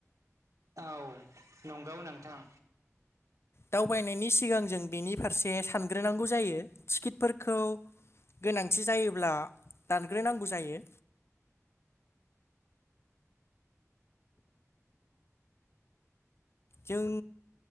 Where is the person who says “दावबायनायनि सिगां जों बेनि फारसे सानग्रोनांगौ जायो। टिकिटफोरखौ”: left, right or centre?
Left